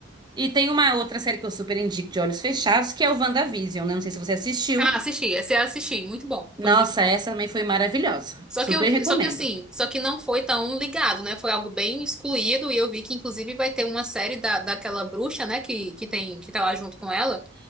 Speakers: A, on the right (about 20°); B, in the centre.
A: E tem uma outra série que eu super indico de olhos fechados, que é o WandaVision, né? Não sei se você assistiu.
B: Ah, assisti, esse eu assisti, muito bom, foi
A: Nossa,
B: muito bom.
A: essa também foi maravilhosa.
B: Só
A: Super
B: que eu vi,
A: recomendo.
B: só que assim, só que não foi tão ligado, né? Foi algo bem excluído e eu vi que inclusive vai ter uma série da, daquela bruxa, né, que, que tem que tá lá junto com ela.